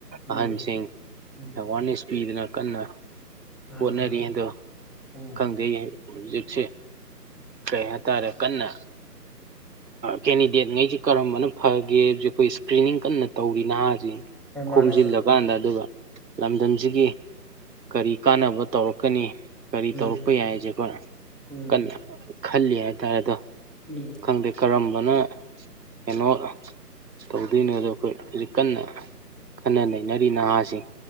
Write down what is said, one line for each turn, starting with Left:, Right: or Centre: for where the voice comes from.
Centre: ꯎꯝ
Right: ꯑꯍꯟꯁꯤꯡ
Centre: ꯎꯝ
Right: ꯑꯦꯋꯥꯔꯅꯦꯁ ꯄꯤꯗꯨꯅ ꯀꯟꯅ
Centre: ꯑꯥ
Right: ꯍꯣꯠꯅꯔꯤ ꯑꯗꯣ
Centre: ꯎꯝ
Right: ꯈꯪꯗꯦ ꯍꯧꯖꯤꯛꯁꯦ ꯀꯩ ꯍꯥꯏꯇꯥꯔꯦ ꯀꯟꯅ ꯀꯦꯟꯗꯤꯗꯦꯠ ꯉꯩꯁꯤꯦ ꯀꯔꯝꯕꯅ ꯐꯒꯦꯕꯦ ꯑꯩꯈꯣꯏ ꯏꯁꯀ꯭ꯔꯤꯅꯤꯡ ꯀꯟꯅ ꯇꯧꯔꯤ ꯅꯍꯥ ꯈꯣꯨꯝꯖꯤꯂꯥ
Centre: ꯃꯥꯅꯦ
Right: ꯀꯥꯟꯗ ꯑꯗꯨꯒ ꯂꯝꯗꯝꯁꯤꯒꯤ ꯀꯔꯤ ꯀꯥꯟꯅꯕ ꯇꯧꯔꯛꯀꯅꯤ ꯀꯔꯤ
Centre: ꯎꯝ
Right: ꯇꯧꯔꯛꯄ ꯌꯥꯏ ꯍꯥꯏꯁꯦ ꯑꯩꯈꯣꯏꯅ
Centre: ꯎꯝ
Right: ꯀꯟꯅ ꯈꯜꯂꯤ ꯍꯥꯏꯇꯥꯔꯦ ꯑꯗꯣ
Centre: ꯎꯝ
Right: ꯈꯪꯗꯦ ꯀꯔꯝꯕꯅ ꯀꯩꯅꯣ ꯇꯧꯗꯣꯏꯅꯣꯗꯣ ꯑꯩꯈꯣꯏ ꯍꯧꯖꯤꯛ ꯀꯟꯅ ꯈꯟꯅ ꯅꯩꯅꯔꯤ ꯅꯍꯥꯁꯤꯡ